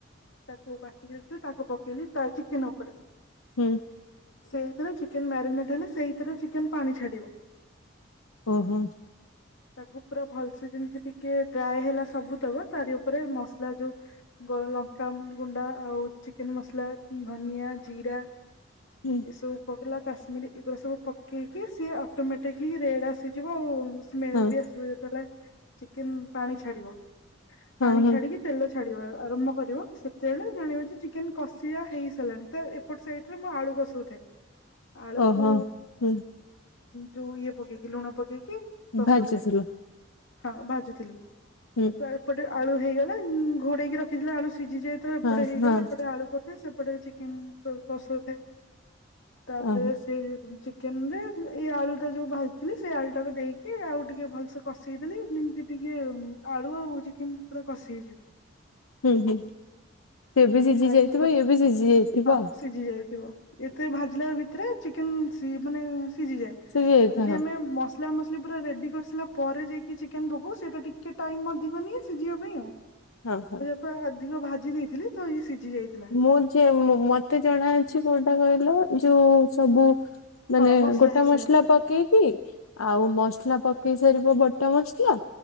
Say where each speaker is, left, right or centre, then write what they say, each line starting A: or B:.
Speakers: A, on the left; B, on the left.
A: ତାକୁ ବାଟିକି ରଖିଲି, ତାକୁ ପକେଇଲି ତା ଚିକେନ ଉପରେ।
B: ହୁଁ।
A: ସେଇଥିରେ ଚିକେନ ମ୍ୟାରିନେଟ୍ ହେଲେ, ସେଇଥିରେ ଚିକେନ ପାଣି ଛାଡ଼ିବ।
B: ଓହୋ।
A: ତାକୁ ପୁରା ଭଲସେ, ଯେମତି ଟିକେ ଡ୍ରାଏ ହେଲା ସବୁ ତକ। ତାରି ଉପରେ ମସଲା ଯୋଉ ଗୋଲ ଲଙ୍କା ଗୁଣ୍ଡ, ଆଉ ଚିକେନ୍ ମସଲା, ଧନିଆ, ଜିରା,
B: ହୁଁ।
A: ଏସବୁ ପକେଇଲା କାଶ୍ମୀରୀ, ଏଗୁରା ସବୁ ପକେଇକି ସିଏ ଅଟୋମେଟିକ୍ ହି ରେଡ୍ ଆସିଯିବ ଆଉ। ସ୍ମେଲ୍
B: ହଁ
A: ବି ଆସିବ। ଯେତେଳେ ଚିକେନ୍ ପାଣି ଛାଡିବ।
B: ହଁ
A: ପାଣି
B: ହଁ
A: ଛାଡିକି ତେଲ ଛାଡ଼ିବା ଆରମ୍ଭ କରିବ। ସେତେବେଳେ ଜାଣିବା ଯେ ଚିକେନ଼୍ କଷିଆ ହେଇସାରାଲାଣି। ତ ଏପଟେ ସାଇଟ଼୍ ରେ ମୁଁ ଆଳୁ କଷା ଉ ଥାଏ। ଆଳୁକୁ
B: ଓହୋ। ହୁଁ
A: ଯୋଉ ଇଏ ପକେଇକି, ଲୁଣ ପକେଇକି କଷଉ
B: ଭାଜୁଥିଲ
A: ଥାଏ। ହଁ, ଭାଜୁଥିଲି।
B: ହୁଁ।
A: ତ ଏପଟେ ଆଳୁ ହେଇଗଲା। ଘୋଡେଇକି ରଖିଥିଲା ଆଳୁ ସିଝି ଯାଇ, ତ ଏପଟ
B: ହଁ
A: ହେଇଗଲା।
B: ହଁ
A: ଏପଟେ ଆଳୁ ପୋ ସେପଟେ ଚିକେନ୍ କ-କଷଉ ଥାଏ। ତା'ପରେ
B: ଓହୋ
A: ସେ ଚିକେନ୍ ରେ, ଏଇ ଆଳୁ ଟା ଯୋଉ ଭାଜିଥିଲି। ସେଇ ଆଳୁ ଟାକୁ ଦେଇକି, ଆଉ ଟିକେ ଭଲ୍ ସେ କଷେଇଦେଲି। ଯେମିତି ଟିକେ, ଉମ୍ ଆଳୁ ଆଉ, ଚିକେନ୍ ପୁରା କଷି ହେଇଯିବ।
B: ହୁଁ, ହୁଁ, ସେ
A: ହୁଁ
B: ବି ସିଝି
A: ତାକୁ
B: ଯାଇଥିବ। ଇଏ ବି ସିଝି ଯାଇଥିବ
A: ହଁ
B: ଆଉ।
A: ସିଝି ଯାଇଥିବ। ଏତେ ଭାଜିଲା ଭିତରେ ଚିକେନ୍ ସି ମାନେ ସିଝିଯାଏ। ଆଉ,
B: ସିଝି ଯାଇଥିବ
A: ଯଦି
B: ହଁ।
A: ଆମେ ମସ୍ ମସଲା ମସଲି ପୁରା ରେଡ୍ଡୀ କରିସିଲା ପରେ ଯାଇକି ଚିକେନ଼୍ ପକଉ। ସେଟା ଟିକେ ଟାଇମ୍ ଅଧିକ ନିଏ ସିଝିବା ପାଇଁ ଆଉ।
B: ହଁ, ହଁ।
A: ତ ଅଧିକ ଭାଜି ଦେଇଥିଲି। ତ ଇଏ ସିଝି ଯାଇଥିଲା।
B: ମୁଁ ଯେ, ମତେ ଜଣା ଅଛି, କୋଉଟା କହିଲ? ଯୋଉ ସବୁ ମାନେ
A: ହଁ
B: ଗୋଟା
A: ହେଇସାରିଲା
B: ମସଲା
A: ପରେ
B: ପକ୍ କେଇକି, ଆଉ ମସଲା ପକେଇସାରିବ ବଟା ମସଲା।